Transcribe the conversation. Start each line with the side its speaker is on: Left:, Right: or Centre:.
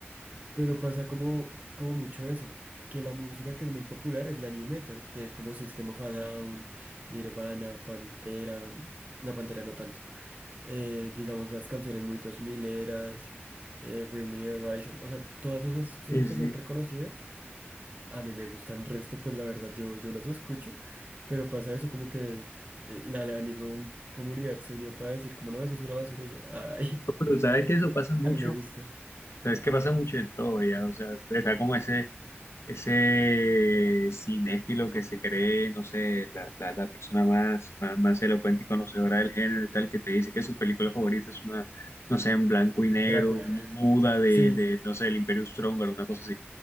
Right: pero pasa como, como mucho eso, que la música que es muy popular es la new metal, que es como System of a Down, Nirvana, Pantera, no, Pantera no tanto, eh, digamos las canciones muy dos mileras eh, Bring Me the Horizon, o sea, todas esas son
Left: Sí,
Right: que
Left: sí.
Right: son reconocidas a mí me gustan resto, pues la verdad yo, yo los escucho, pero pasa eso como que eh, la, la misma comunidad se unió para decir como no, eso es una basura y yo, ay,
Left: Pero sabes que eso pasa
Right: <laughs>
Left: mucho.
Right: a mí me gusta.
Left: sea, es que pasa mucho de todo ya, o sea, está como ese, ese cinéfilo que se cree, no sé, la, la, la persona más, más, más elocuente y conocedora del género y tal, que te dice que su película favorita es una, no sé, en blanco y negro,
Right: Drácula.
Left: mu- muda de,
Right: Sí,
Left: de no sé, el Imperio Strong una cosa así.